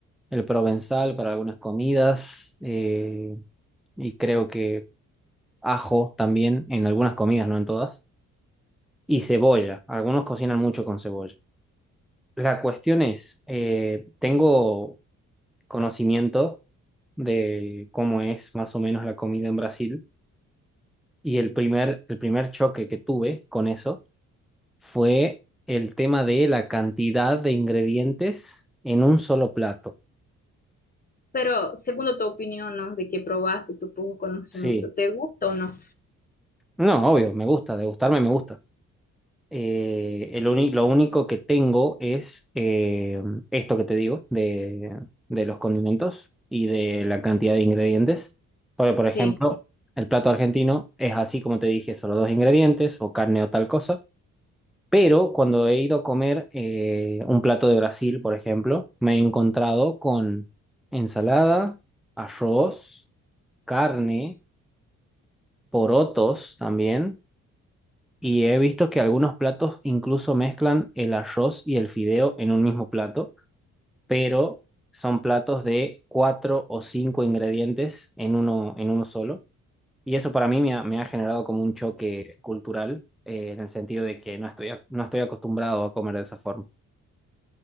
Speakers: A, in the centre; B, on the left.
A: el provenzal para algunas comidas. eh, y creo que ajo también en algunas comidas, no en todas, y cebolla. Algunos cocinan mucho con cebolla. La cuestión es, eh, tengo conocimiento de cómo es más o menos la comida en Brasil y el primer, el primer choque que tuve con eso fue el tema de la cantidad de ingredientes en un solo plato.
B: pero según tu opinión, ¿no? De que probaste tu poco conocimiento,
A: Sí,
B: ¿te gusta o no?
A: no, obvio, me gusta, degustarme me gusta. Eh, el uni- lo único que tengo es eh, esto que te digo de, de los condimentos y de la cantidad de ingredientes. Porque, por
B: Sí.
A: ejemplo, el plato argentino es así como te dije, solo dos ingredientes o carne o tal cosa. Pero cuando he ido a comer eh, un plato de Brasil, por ejemplo, me he encontrado con ensalada, arroz, carne, porotos también y he visto que algunos platos incluso mezclan el arroz y el fideo en un mismo plato, pero son platos de cuatro o cinco ingredientes en uno, en uno solo. Y eso para mí me ha, me ha generado como un choque cultural, eh, en el sentido de que no estoy, ac- no estoy acostumbrado a comer de esa forma.